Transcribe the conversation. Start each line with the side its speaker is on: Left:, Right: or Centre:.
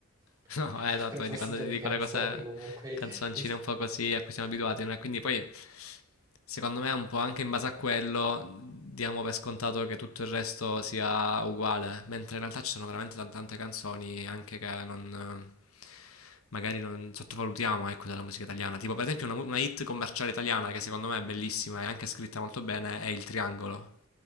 Left: <laughs>
Right: <laughs>
Left: No, eh,
Right: a
Left: esatto,
Right: proposito
Left: vedi, quando ti
Right: di
Left: dico
Right: canzoni
Left: le cose,
Right: comunque...
Left: canzoncine
Right: <laughs>
Left: un po' così a cui siamo abituati, no? E quindi poi, secondo me, un po' anche in base a quello, diamo per scontato che tutto il resto sia uguale, mentre in realtà ci sono veramente tan- tante canzoni anche che non... eh, magari non sottovalutiamo, ecco, della musica italiana. Tipo, per esempio, una, una hit commerciale italiana che secondo me è bellissima e anche scritta molto bene è Il Triangolo